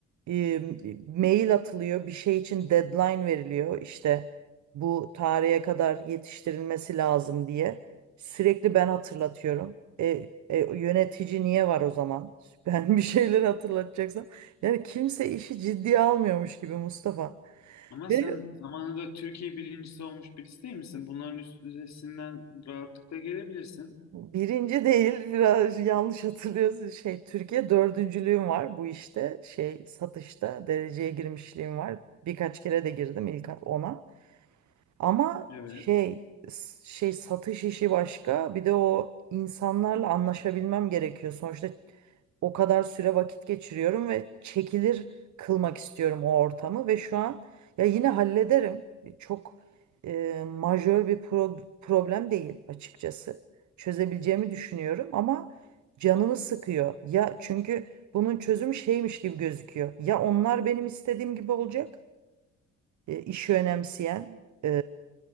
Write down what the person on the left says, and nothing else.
ama sen
zamanında Türkiye birincisi olmuş birisi değil misin? Bunların üst- üstesinden rahatlıkla gelebilirsin.
Evet,